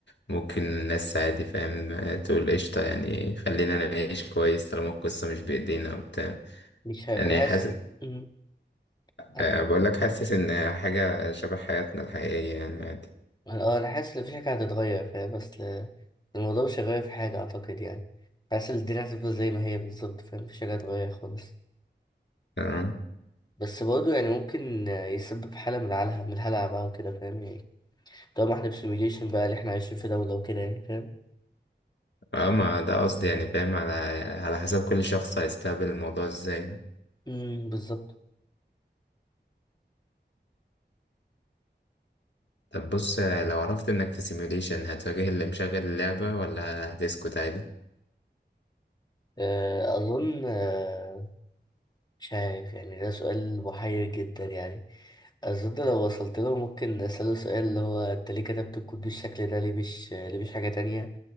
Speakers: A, on the left; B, on the left.
A: ممكن الناس عادي فاهم تقول قشطة يعني خلينا نعيش كويس طالما القصة مش بإيدينا وبتاع
B: مش عارف
A: يعني
B: انا حاسس
A: حاسس
B: مم، أنا-
A: آه، بقول لك حاسس إن حاجة شبه حياتنا الحقيقية يعني عادي
B: اه انا حاسس ان في حاجة هتتغير فاهم بس ل- الموضوع مش هيغير في حاجة اعتقد يعني حاسس ان الدنيا هتفضل زي ما هي بالظبط فاهم مفيش حاجة هتتغير خالص
A: تمام
B: بس برضه يعني ممكن آه، يسبب حالة من العلها من الهلع بقى وكده فاهم يعني طالما احنا في سيميوليشن بقى اللي احنا عايشين في دولة وكده يعني فاهم
A: اه ما ده قصدي يعني فاهم على على حسب كل شخص هيستقبل الموضوع ازاي
B: مم، بالظبط
A: طب بص آه، لو عرفت انك في سيميوليشن هتواجه اللي مشغل اللعبة ولا هتسكت عادي؟
B: آه، أظن آه، مش عارف يعني ده سؤال محير جدا يعني أظن لو وصلت له ممكن أسأله سؤال اللي هو أنت ليه كتبت الكود بالشكل ده ليه مش ليه مش حاجة تانية